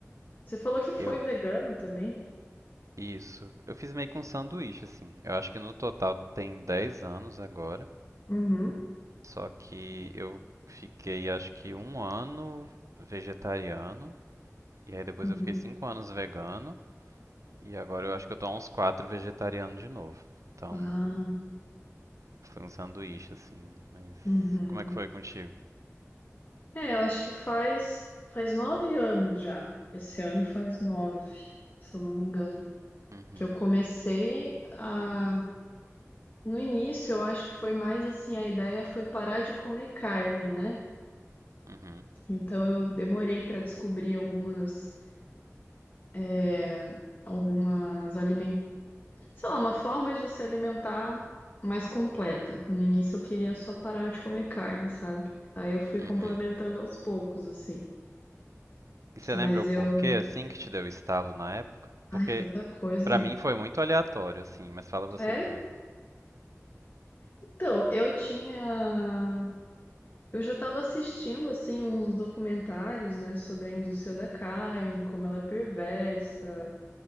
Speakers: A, on the left (about 40°); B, on the right (about 75°).
A: Você falou que foi
B: Eu,
A: vegano também?
B: isso. Eu fiz meio que um sanduíche assim. Eu acho que no total tem 10 anos agora,
A: Uhum,
B: só que eu fiquei acho que um ano vegetariano e aí depois
A: uhum.
B: eu fiquei 5 anos vegano e agora eu acho que eu tô há uns 4 vegetariano de novo. Então,
A: Ah,
B: foi um sanduíche assim, mas
A: uhum.
B: como é que foi contigo?
A: É, eu acho que faz, faz nove anos já. Esse ano faz nove, se eu não me engano.
B: Uhum.
A: Que eu comecei a. No início, eu acho que foi mais assim, a ideia foi parar de comer carne, né?
B: Uhum.
A: Então eu demorei para descobrir algumas é, algumas alimentos, sei lá, uma forma de se alimentar mais completa. No início eu queria só parar de comer carne, sabe? Aí eu fui
B: Uhum.
A: complementando aos poucos, assim.
B: E você
A: Mas
B: lembra o
A: eu.
B: porquê, assim, que te deu o estalo na época? Porque
A: Ai, tanta coisa.
B: pra mim foi muito aleatório, assim, mas fala você
A: É,
B: primeiro.
A: então, eu tinha. Eu já estava assistindo, assim, uns documentários, né, sobre a indústria da carne, como ela é perversa,